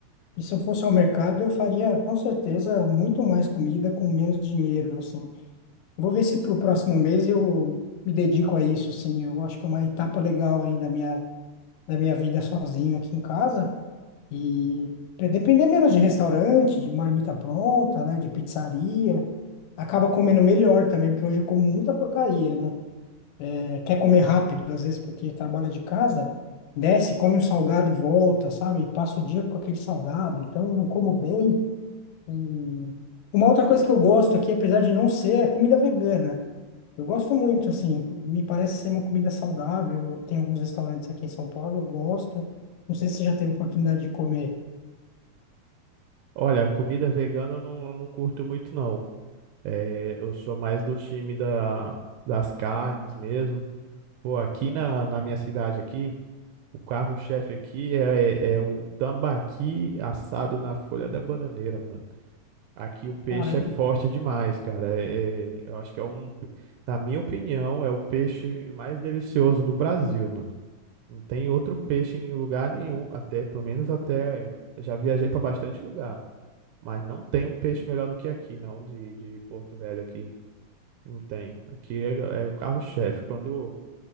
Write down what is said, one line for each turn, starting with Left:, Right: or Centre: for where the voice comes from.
Left: e se eu fosse ao mercado, eu faria com certeza muito mais comida com menos dinheiro, assim. Vou ver se para o próximo mês eu me dedico a isso, assim. Eu acho que é uma etapa legal aí da minha, da minha vida sozinho aqui em casa. E para depender menos de restaurante, de marmita pronta, né? De pizzaria. Acaba comendo melhor também, porque hoje eu como muita porcaria, né? É, Quer comer rápido, às vezes, porque trabalha de casa, desce, come um salgado e volta, sabe? E passa o dia com aquele salgado. Então, eu não como bem. E uma outra coisa que eu gosto aqui, apesar de não ser, é comida vegana. Eu gosto muito, assim, me parece ser uma comida saudável. Tem alguns restaurantes aqui em São Paulo, eu gosto. Não sei se você já teve oportunidade de comer.
Right: olha, comida vegana eu não, não curto muito, não. É, eu sou mais do time da, das carnes mesmo. Pô, aqui na, na minha cidade aqui, o carro-chefe aqui é, é é o tambaqui assado na folha da bananeira, mano. Aqui o peixe
Left: Caramba,
Right: é forte demais, cara. É, é- eu acho que é um, na minha opinião, é o peixe mais delicioso do Brasil, mano. Não tem outro peixe em lugar nenhum, até, pelo menos até, eu já viajei pra bastante lugar, mas não tem um peixe melhor do que aqui, não, de, de Porto Velho aqui. Não tem. Aqui é, é o carro-chefe. Quando